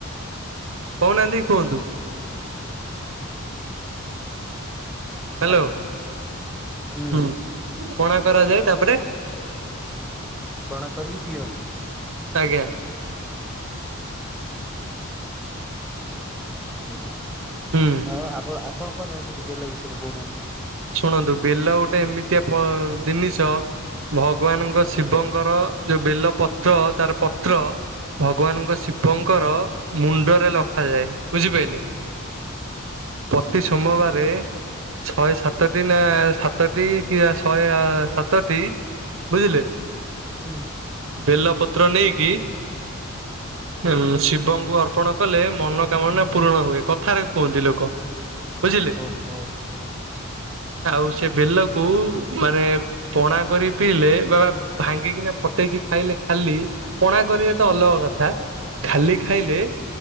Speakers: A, on the right; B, in the centre.
A: କହୁନାହାନ୍ତି କୁହନ୍ତୁ? ହ୍ୟାଲୋ
B: ଆଜ୍ଞା। ହୁଁ
A: ହଁ ପଣା କରାଯାଏ ତାପରେ
B: ପଣା କରିକି ପିଅନ୍ତି।
A: ଆଜ୍ଞା।
B: ହୁଁ
A: ହୁଁ
B: ଆଉ ଆପଣ ଆପଣ କଣ ଜାଣିଛନ୍ତି ବେଲ ବିଷୟରେ କହୁନାହାନ୍ତି?
A: ଶୁଣନ୍ତୁ ବେଲ ଗୋଟେ ଏମିତିଆ ପ ଜିନିଷ ଭଗବାନଙ୍କ ଶିବଙ୍କର ଯୋଉ ବେଲ ପତ୍ର ପତ୍ର ତାର ପତ୍ର ଭଗବାନଙ୍କ ଶିବଙ୍କର ମୁଣ୍ଡରେ ଲଖାଯାଏ। ବୁଝିପାଇଲେ? ପ୍ରତି ସୋମବାରେ ଶହେ ସାତଟି ନା ସାତଟି କି ଶହେ ସାତଟି ବୁଝିଲେ?
B: ହୁଁ।
A: ବେଲ ପତ୍ର ନେଇକି ଉ ଶିବଙ୍କୁ ଅର୍ପଣ କଲେ ମନକାମନା ପୂରଣ ହୁଏ କଥାରେ କୁହନ୍ତି ଲୋକ। ବୁଝିଲେ
B: ଓହୋ ହୁଁ
A: ଆଉ ସେ ବେଲକୁ ମାନେ ପଣା କରି ପିଇଲେ ବାବା ଭାଙ୍ଗିକିନା ପଟେଇକି ଖାଇଲେ ଖାଲି ପଣା କରିବା ତ ଅଲଗା କଥା ଖାଲି ଖାଇଲେ